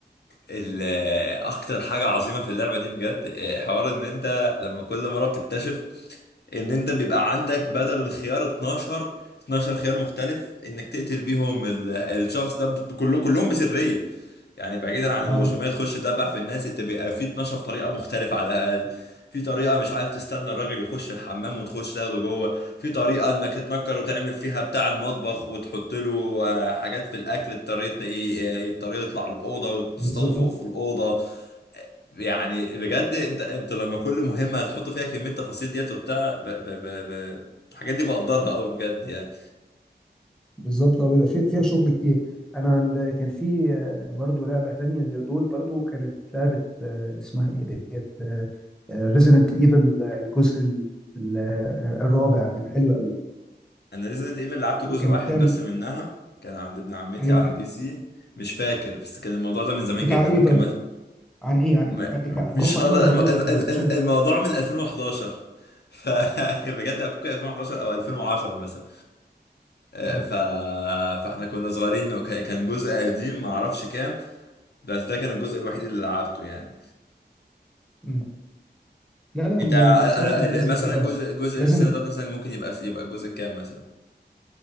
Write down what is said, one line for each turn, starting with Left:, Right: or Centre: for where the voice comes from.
Left: ال... اكتر حاجة عظيمة في اللعبة دي بجد آه، حوار ان انت لما كل مرة بتكتشف ان انت بيبقى عندك بدل الخيار 12 12 خيار مختلف انك تقتل بيهم ال... الشخص ده ب- كله كلهم بسرية يعني بعيدا عن الغشوميه
Centre: اه
Left: تخش تدبح في الناس انت بيبقى في 12 طريقه مختلفه على الاقل في طريقه مش عارف تستنى الراجل يخش الحمام وتخش تاخده جوه في طريقه انك تنكر وتعمل فيها بتاع المطبخ وتحط له آه، حاجات في الاكل الطريقه الطريقه يطلع الاوضه وتصطاده
Centre: بالظبط
Left: فوق في الاوضه يعني بجد انت انت لما كل مهمه هتحط فيها كميه تفاصيل ديت وبتاع ب... ب... ب... ب... الحاجات دي بقدرها قوي بجد يعني
Centre: بالظبط اه بيبقى في- فيها شغل كتير انا ال- كان في آه، برضو لعبه تانية غير دول برضو كانت لعبه آه، اسمها ايه ديت ريزيدنت ايفل الجزء ال- ال- آه، الرابع كان حلو قوي
Left: انا ريزيدنت ايفل لعبت جزء
Centre: وكان
Left: واحد
Centre: الثامن
Left: بس منها كان عند ابن عمتي
Centre: انهي
Left: على
Centre: واحد
Left: البي سي مش فاكر بس كان الموضوع ده من زمان
Centre: بتاع
Left: جدا
Centre: ايه
Left: ممكن
Centre: طيب
Left: ما
Centre: عن ايه عن
Left: ما-
Centre: آه، إيه كان احداثه
Left: مش هقدر
Centre: عن ايه وانا هقول
Left: الم- ال-
Centre: لك عن الجزء
Left: ال-
Centre: عشان
Left: ال- الموضوع من 2011 ف <laughs> بجد ممكن 2011 او 2010 مثلا آه،
Centre: اه
Left: ف فاحنا كنا صغيرين وك- كان جزء قديم ما اعرفش كام بس ده كان الجزء الوحيد اللي لعبته يعني
Centre: مم. لا لا
Left: انت
Centre: لا
Left: ال-
Centre: لا، بصراحه
Left: ال-
Centre: انت لازم
Left: ال- مثلا
Centre: تجربها
Left: الجزء الجزء
Centre: لازم
Left: اللي في السنه ديت مثلا ممكن يبقى يبقى الجزء كام مثلا